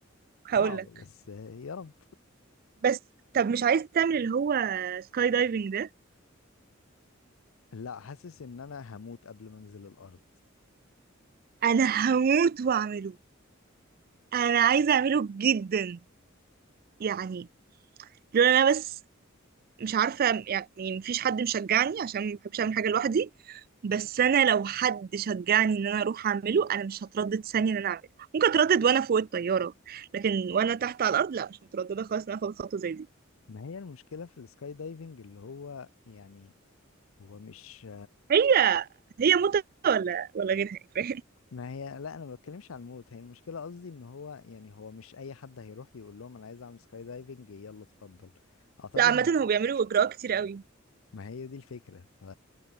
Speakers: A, on the right; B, on the left.
A: هقولك
B: صعبة بس يا رب
A: بس طب مش عايز تعمل اللي هو سكاي دايفنج ده
B: لا حاسس ان انا هموت قبل ما انزل الارض
A: انا هموت واعمله انا عايزه اعمله جدا يعني لولا انا بس مش عارفة يعني مفيش حد مشجعني عشان ما بحبش اعمل حاجة لوحدي بس انا لو حد شجعني ان انا اروح اعمله انا مش هتردد ثانية ان انا اعمله ممكن اتردد وانا فوق الطيارة لكن وانا تحت على الارض لا مش مترددة خالص ان أنا اخد خطوة زي دي
B: ما هي المشكلة في السكاي دايفنج اللي هو يعني هو مش
A: هي هي متعة ولا ولا غيرها يعني فاهم
B: ما هي لا انا ما بتكلمش على الموت هي المشكلة قصدي ان هو يعني هو مش اي حد هيروح يقول لهم انا عايز اعمل سكاي دايفنج يلا اتفضل
A: <laughs>
B: اعتقد
A: لا عامة هو بيعملوا اجراءات كتير قوي
B: ما هي دي الفكرة ف